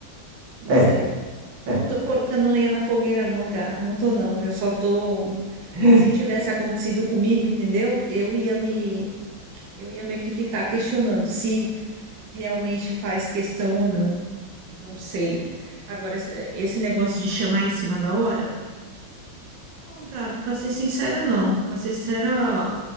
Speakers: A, on the right; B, on the right.
A: Não
B: É,
A: sei.
B: é.
A: Não tô colocando lenha na fogueira, não, Gá. Não tô, não. Eu só tô.
B: <laughs>
A: Se tivesse acontecido comigo, entendeu? Eu ia me, eu ia meio que ficar questionando se realmente faz questão ou não, não sei. Agora, esse negócio de chamar em cima da hora, não, Gabi, para ser sincera, não. Para ser sincera,